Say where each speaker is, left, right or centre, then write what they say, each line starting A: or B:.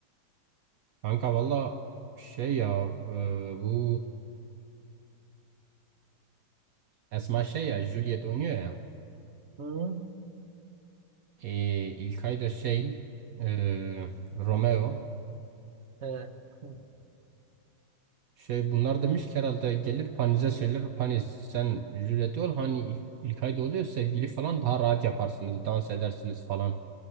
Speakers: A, on the right; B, on the right.
A: Kanka valla şey ya e, bu Esma şey ya Juliet oynuyor ya.
B: Hı?
A: E, İlkay da şey e, Romeo
B: He. Hı.
A: şey bunlar demiş ki herhalde gelir Paniz'e söyler Paniz sen Juliet ol hani İl- İlkay da oluyor sevgili falan daha rahat yaparsınız dans edersiniz falan.